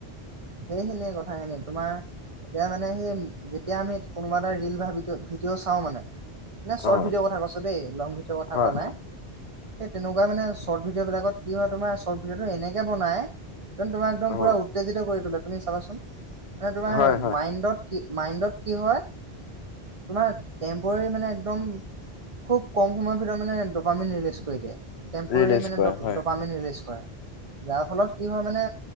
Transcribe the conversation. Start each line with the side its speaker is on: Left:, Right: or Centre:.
Right: সেইখিনিয়ে কথাখিনি তোমাৰ। যেতিয়া মানে সেই যেতিয়া আমি কোনোবা এটা ৰিল বা ভি ভিডিঅ' চাওঁ মানে। নাই চৰৰ্ট
Left: অ
Right: ভিডিঅ' কথা কৈছোঁ দেই লং ভিডিঅ' কথা
Left: হয়
Right: কোৱা নাই।
Left: হয়
Right: সেই তেনেকুৱা মানে চৰৰ্ট ভিডিঅ' বিলাকত কি হয় তোমাৰ চৰৰ্ট ভিডিঅ'টো এনেকে বনাই। যেন তোমাক একদম
Left: অ
Right: পোৰা উত্তেজিত কৰি তোলে তুমি চাবাচোন মানে তোমাৰ
Left: হয় হয়
Right: মাইণ্ডত। কি মাইণ্ডত কি হয়, তোমাৰ টেম্পৰাৰী মানে একদম। খুব কম সময়ৰ ভিতৰত মানে ডপামিন ৰিলিজ কৰি দিয়ে। টেম্পৰাৰী
Left: ৰিলিজ কৰে
Right: ড-ডপামেন
Left: হয়
Right: ৰিলিজ কৰে, যাৰ ফলত কি হয় মানে